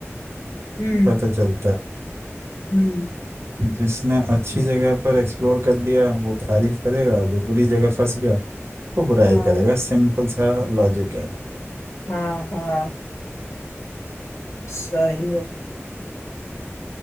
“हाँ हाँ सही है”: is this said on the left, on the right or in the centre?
Left